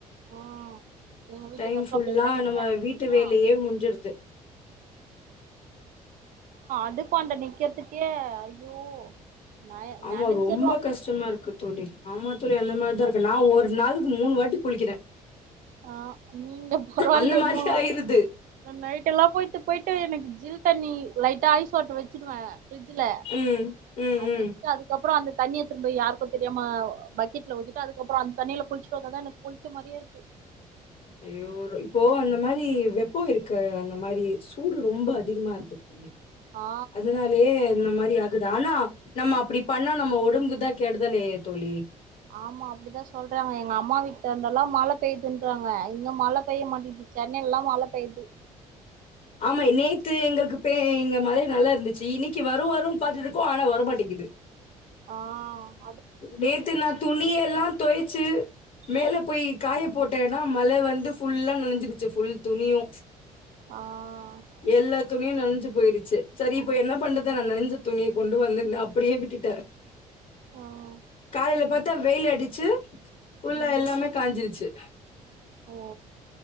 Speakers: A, on the right; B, on the left.
A: ம் எங்க வீட்டுக்காருக்கு
B: டைம் ஃபுல்லா
A: அப்டியே லன்ச்
B: நம்ம
A: பேக்
B: வீட்டு வேலையே
A: ஆ
B: முடிஞ்சடுது
A: அடுப்பாண்டநிக்குறதுக்கே ஐயோ நய
B: ஆமா
A: நனஞ்சிர்றோ
B: ரொம்ப கஷ்டமா இருக்கு தோழி ஆமா தோழி அந்த மாதிரிதான் இருக்கு நான் ஒரு நாளைளுக்கு மூணு வாட்டி குளிக்கிறேன்
A: ஆஹ் நீங்க பரவாயில்லையே
B: அந்த மாரி
A: மூணு வாட்டி
B: ஆயிருது
A: நைட்டு் எல்லாம் போயிட்டு போயிட்டு எனக்கு ஜில் தண்ணி லைட்டா ஐஸ் வாட்டரு வச்சுடுவேன் பிர்ஜல
B: ம் ம்
A: அது
B: ம்
A: வச்சுட்டு அதுக்கப்புறம் அந்த தண்ணியை திரும்பி யாருக்கும் தெரியாம பக்கெட்ல ஊத்திட்டுட அதுக்கப்புறம் அந்த தண்ணியில குளிச்சுட்டுவந்த தான் எனக்கு குளிச்ச மாதிரியே இருக்கு
B: ஐயோ இப்போ அந்த மாதிரி வெப்பம் இருக்க அந்த மாதிரி சூடு ரொம்ப அதிகமா இருக்கு தோழி
A: ஆ
B: அதனாலயே இந்த மாதிரி க்குதானா நம்ம அப்படி பண்ணா நம்ம உடம்புக்குதான் கெடுதலே தோழி
A: ஆமா அப்படிதான் சொல்றாங்க எங்க அம்மா வீட்டு இருந்தல்லாம் மழை பெய்யுதுன்றாங்க இங்க மழை பெய்ய மாட்டேது சென்னை யெல்லாம் மழை பெயுது
B: ஆமா நேத்து எங்களுக்கு பே எங்க மலை நல்லா இருந்துச்சு இன்னைக்கு வரும் வரும்ன்னனு பாாரத்துட்டு இருக்கோம் ஆனா வரமாட்டேங்குது
A: ஆஹ்
B: நேத்து நான் துணிய எல்லா துவச்சு மேல போய் காய போட்டேன்னா மழை வந்து ஃபுல்லா நெனஞ்சுடுச்சு ஃபுல் துணியு
A: ஆ
B: எல்லாத்து துணியே நனைஞ்சு போயிருச்சு சரி இப்ப என்ன பண்றத நான் நனைஞ்ச துணிய கொண்டு வந்துருந்தே அப்படியே விட்டுட்ட
A: ஆ
B: காலேல பத் த வெயில் அடிச்சு ஃபுல்லா
A: ம்
B: எல்லாமே காஞ்சிருச்சு
A: ஓ